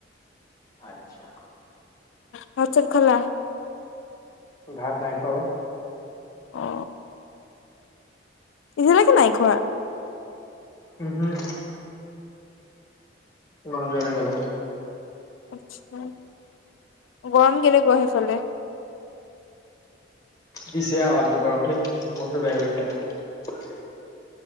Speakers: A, on the left; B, on the left.
A: আচ্ছা।
B: ভাত চাট খালা?
A: ভাত নাই খোৱা অ।
B: অ। এতিয়ালৈকে নাই খোৱা।
A: উম হুম। মন যোৱা নাই খাব।
B: আচ্ছা। গৰম কেনেকুৱা সেইফালে?
A: পিছে আজি গৰম ধুইত মূৰ চুৰ বেয়া কৰি দিছে।